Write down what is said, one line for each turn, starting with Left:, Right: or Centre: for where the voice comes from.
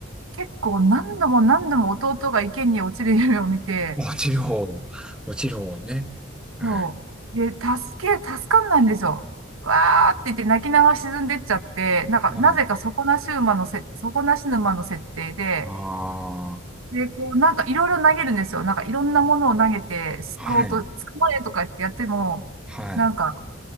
Right: 結構何度も何度も弟が池に落ちる夢を見て、
Centre: 落ちる方、落ちる方ね。は
Right: そう。で、助け、助かんないんですよ。わーって言って泣きながら沈んでっちゃって、なんか、
Centre: い、
Right: なぜか底なし馬のせ、
Centre: ね。
Right: 底なし沼の設定で、
Centre: あ
Right: で、こう、なんかいろいろ投げるんですよ。なんかいろんなものを投げて、救おうと、
Centre: あ、はい、
Right: 捕まえとかやってやっても、
Centre: はい、
Right: なんか、